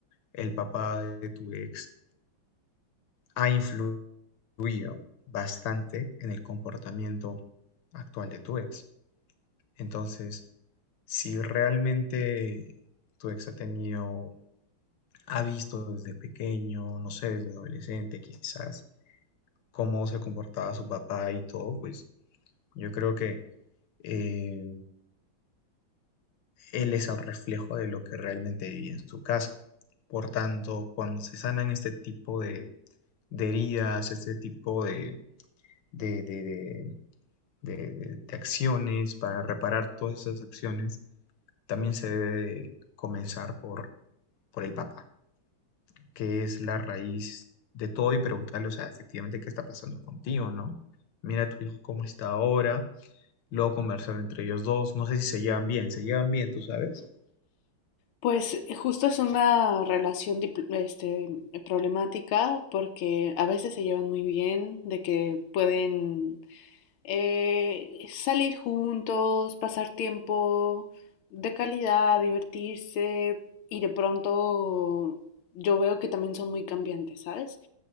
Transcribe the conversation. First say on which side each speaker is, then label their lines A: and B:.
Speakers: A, on the left; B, on the left.
A: El papá de tu ex ha influido bastante en el comportamiento actual de tu ex. Entonces, si realmente tu ex ha tenido, ha visto desde pequeño, no sé, desde adolescente quizás, cómo se comportaba su papá y todo, pues yo creo que... eh, él es el reflejo de lo que realmente vivía en su casa. Por tanto, cuando se sanan este tipo de, de heridas, este tipo de, de, de, de de, de, de acciones, para reparar todas esas acciones, también se debe de comenzar por, por el papá, que es la raíz de todo y preguntarle, o sea, efectivamente, ¿qué está pasando contigo, no? Mira a tu hijo cómo está ahora, luego conversar entre ellos dos, no sé si se llevan bien, ¿se llevan bien, tú sabes?
B: Pues eh, justo es una relación dipl- este, problemática porque a veces se llevan muy bien, de que pueden eh, salir juntos, pasar tiempo de calidad, divertirse y de pronto yo veo que también son muy cambiantes, ¿sabes?